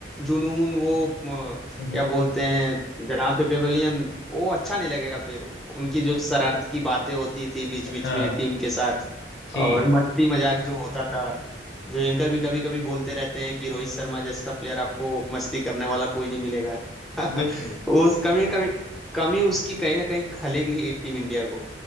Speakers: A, in the centre; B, on the left.
A: जुनून वो अ,
B: हम्म,
A: क्या
B: हम्म,
A: बोलते हैं जहाँ पे पेवेलियन वो अच्छा नहीं लगेगा फिर उनकी जो शरारत की बातें होती थी बीच बीच
B: हाँ
A: में टीम के साथ
B: जी
A: और मस्ती मजाक जो होता था जो एंकर भी कभी कभी बोलते रहते हैं कि रोहित शर्मा जैसा प्लेयर आपको मस्ती करने वाला कोई नहीं मिलेगा <laughs>
B: बिल्कुल
A: उस कमी कमी कमी उसकी कहीं ना कहीं खलेगी ही टीम इंडिया को